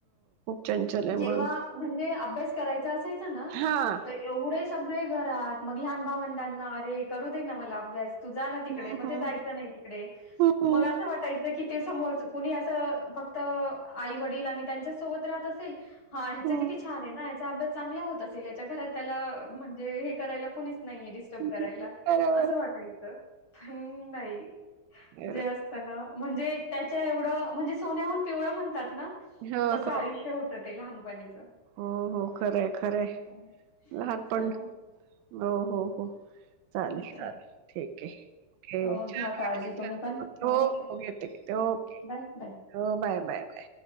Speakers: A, on the right; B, on the left.
A: चंचल आहे
B: जेव्हा
A: मन.
B: म्हणजे अभ्यास करायचा असायच ना
A: हां.
B: तर एवढे सगळे घरात मग लहान भावंडांना अरे करू दे ना मला अभ्यास. तू जा ना तिकडे
A: हं,
B: मग
A: हं.
B: ते जायचं नाय तिकडे
A: हं, हं.
B: मग असं वाटायचं की ते समोरच कुणी असं फक्त आई वडील आणि त्यांच्या सोबत राहत असेल. हा ह्याच
A: हं,
B: किती छान आहे ना ह्याचा अभ्यास चांगला होत असेल याच्या घरात त्याला म्हणजे हे करायला कुणीच नाहीये डिस्टर्ब
A: हं.
B: करायला
A: बरोबर.
B: असं वाटायचं पण नाई
A: बरोबर.
B: जे असत ना म्हणजे त्याच्या एवढं म्हणजे सोन्याहून पिवळ म्हणतात ना
A: हो,
B: तसं
A: हो.
B: आयुष्य होतं ते लहानपणीचं
A: हो हो खरंय खरंय
B: बरं.
A: लहानपण
B: चला
A: हो हो हो चालेल
B: ठीक आहे.
A: चालेल ठीक आहे ओके
B: हो घ्या
A: <unintelligible>
B: काळजी तुम्ही पण.
A: होे
B: ओके.
A: हो घेते घेते
B: हो
A: ओके
B: बाय बाय
A: हो बाय बाय बाय